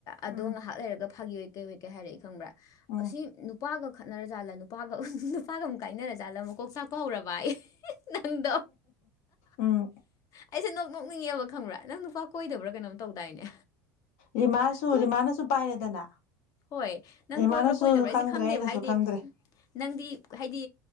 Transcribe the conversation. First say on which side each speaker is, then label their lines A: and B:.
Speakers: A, on the left; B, on the left.
A: ꯑꯗꯣ
B: ꯎꯝ
A: ꯉꯥꯏꯍꯥꯛ ꯂꯩꯔꯒ ꯐꯥꯒꯤꯑꯣꯏ ꯀꯩ ꯍꯣꯏ ꯀꯩ ꯍꯥꯏꯔꯛꯏ ꯈꯪꯕ꯭ꯔꯥ
B: ꯎꯝ
A: ꯑꯁꯤ ꯅꯨꯄꯥꯒ ꯈꯠꯅꯔꯖꯥꯠꯂ ꯅꯨꯄꯥꯒ ꯅꯨꯄꯥꯒ ꯑꯃꯨꯛ ꯀꯥꯏꯅꯔꯖꯥꯠꯂ ꯃꯀꯣꯛ ꯆꯥꯛꯄ ꯍꯧꯔꯕ ꯑꯩ ꯅꯪꯗꯣ
B: ꯎꯝ
A: ꯑꯩꯁꯦ ꯅꯣꯛ ꯅꯣꯛꯅꯤꯡꯉꯦꯕ ꯈꯪꯕ꯭ꯔꯥ ꯅꯪ ꯅꯨꯄꯥ ꯀꯣꯏꯗꯕ꯭ꯔꯥ ꯀꯩꯅꯣꯝ ꯇꯧꯗꯥꯏꯅꯦ
B: ꯔꯤꯃꯥꯁꯨ
A: ꯀꯣꯏ
B: ꯔꯤꯃꯥꯅꯁꯨ ꯄꯥꯏꯔꯦꯗꯅ
A: ꯍꯣꯏ ꯅꯪ
B: ꯔꯤꯃꯥꯅꯁꯨ
A: ꯀꯣꯏꯕ꯭ꯔꯥ ꯀꯣꯏꯗꯕ꯭ꯔꯥ ꯑꯩꯁꯦ
B: ꯈꯪꯗ꯭ꯔꯦ
A: ꯈꯪꯗꯦꯕ
B: ꯑꯩꯅꯁꯨ
A: ꯍꯥꯏꯗꯤ
B: ꯈꯪꯗ꯭ꯔꯦ
A: ꯅꯪꯗꯤ ꯍꯥꯏꯗꯤ